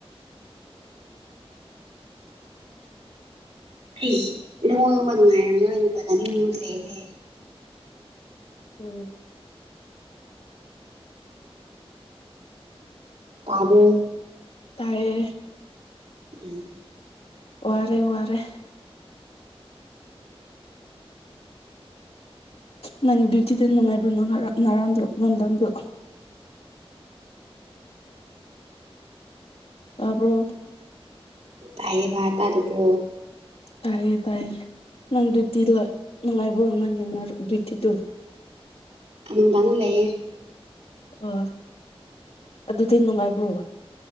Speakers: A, on the right (about 90°); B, on the left (about 70°).
A: ꯑꯩ ꯅꯪꯉꯣꯟꯗꯕ ꯅꯨꯡꯉꯥꯏꯔꯝꯔꯣꯏꯅꯦ ꯄꯂꯒꯤ ꯃꯅꯨꯡꯗ ꯂꯩꯔꯗꯤ
B: ꯎꯝ
A: ꯇꯥꯕꯨ
B: ꯇꯔꯌꯦ
A: ꯎꯝ
B: ꯋꯥꯔꯦ ꯋꯥꯔꯦ ꯅꯪ ꯗ꯭ꯌꯨꯇꯤꯗ ꯅꯥꯏꯕ꯭ꯔꯣ ꯅꯪ ꯅꯔꯟꯣ ꯅꯗꯟꯗꯨ ꯇꯔꯕ꯭ꯔꯣ
A: ꯇꯥꯏꯌꯦꯕ ꯇꯥꯕ꯭ꯔꯣ
B: ꯇꯥꯏꯌꯦ ꯇꯥꯏꯌꯦ ꯅꯪ ꯗ꯭ꯌꯨꯇꯤ ꯂ ꯅꯅꯨꯡꯉꯥꯏꯕ ꯅꯪꯟꯅ ꯗ꯭ꯌꯨꯇꯤꯗꯨ <unintelligible>
A: ꯝꯝꯕꯅ ꯂꯩꯌꯦꯦ
B: ꯑ ꯑꯗꯨꯗꯤ ꯅꯨꯡꯉꯥꯏꯕ꯭ꯔꯣ